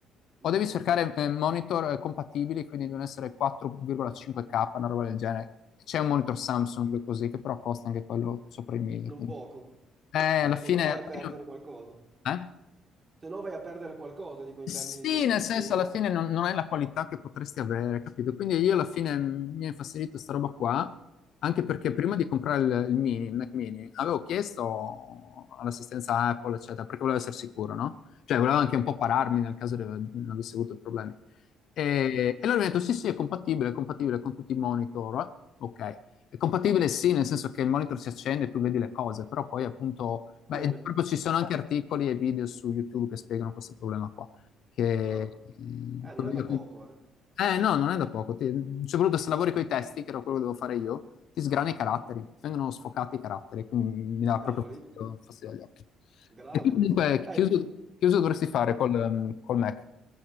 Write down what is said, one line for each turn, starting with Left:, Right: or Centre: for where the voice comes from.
Right: Mhm,
Left: o devi cercare eh, monitor eh, compatibili, quindi devono essere 4,5K, una roba del genere. C'è un monitor Samsung
Right: ah,
Left: così, che però costa anche quello sopra i 1000.
Right: non
Left: Quindi.
Right: poco,
Left: Eh, alla fine,
Right: se no vai
Left: alla
Right: a perdere
Left: fine-
Right: qualcosa.
Left: eh?
Right: Se no vai a perdere qualcosa, dico, in
Left: Sì,
Right: termini di risoluzione,
Left: nel senso alla
Right: di...
Left: fine non, non hai la qualità che potresti avere, capito? Quindi io alla fine mm, mi ha infastidito sta roba qua, anche perché
Right: Mhm,
Left: prima di comprare il, il mini, il Mac mini, avevo chiesto all'assistenza Apple, eccetera, perché volevo essere sicuro, no? Cioè volevo anche un po' pararmi nel caso di- non avessi avuto problemi. E,
Right: certo.
Left: e loro mi hanno detto sì, sì, è compatibile, è compatibile con tutti i monitor, eh? Ok. È compatibile sì, nel senso che il monitor si accende e tu vedi le cose, però poi appunto... Beh,
Right: Come?
Left: e proprio ci sono anche articoli e video su YouTube che spiegano questo problema qua che...
Right: Ah,
Left: eh,
Right: eh,
Left: col
Right: non è
Left: video
Right: da poco,
Left: che-
Right: eh.
Left: eh no, non è da poco, ti- soprattutto se lavori con i testi, che era quello che devo fare io, ti sgrana i caratteri,
Right: Mhm.
Left: ti vengono sfocati i caratteri, quindi mi dà
Right: Cavoli,
Left: proprio fastidio, fastidio agli occhi.
Right: grave
Left: E tu comunque
Right: questo. Eh,
Left: chiuso,
Right: inf-
Left: chiuso dovresti fare
Right: no,
Left: col, ehm, col Mac.